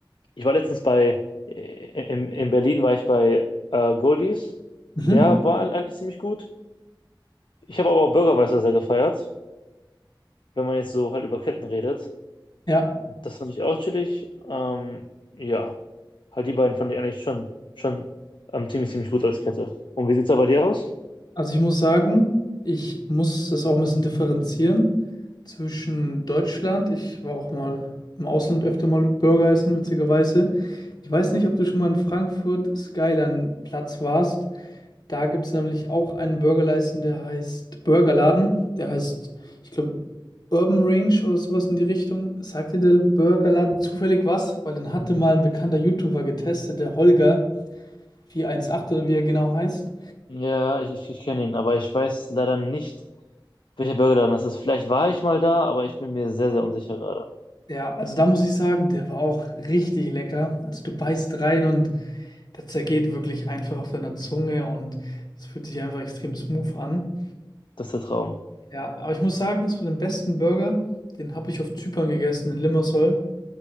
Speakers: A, on the left; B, on the left.
A: ich war letztens bei, äh, in, in Berlin war ich bei äh, Goldies,
B: Mhm.
A: der war eigentlich ziemlich gut. Ich habe aber auch Bürgermeister sehr gefeiert, wenn man jetzt so halt über Ketten redet.
B: Ja.
A: Das fand ich auch chillig. Ähm, ja, halt die beiden fand ich eigentlich schon, schon ähm, ziemlich, ziemlich gut als Kette. Und wie sieht's da bei dir aus?
B: Also ich muss sagen, ich muss das auch ein bisschen differenzieren zwischen Deutschland. Ich war auch mal im Ausland öfter mal Burger essen, witzigerweise. Ich weiß nicht, ob du schon mal in Frankfurt Skyline Platz warst. Da gibt es nämlich auch einen Burgerladen, der heißt Burgerladen. Der heißt, ich glaube, Urban Range oder sowas in die Richtung. Sagte der Burgerladen zufällig was? Weil den hatte mal ein bekannter YouTuber getestet, der Holger 418 oder wie er genau heißt.
A: Ja, ich, ich, ich kenne ihn, aber ich weiß leider nicht, welcher Burgerladen das ist. Vielleicht war ich mal da, aber ich bin mir sehr, sehr unsicher gerade.
B: Ja, also da muss ich sagen, der war auch richtig lecker. Also du beißt rein und der zergeht wirklich einfach auf deiner Zunge und es fühlt sich einfach extrem smooth an.
A: Das ist der Traum.
B: Ja, aber ich muss sagen, so den besten Burger, den habe ich auf Zypern gegessen, in Limassol.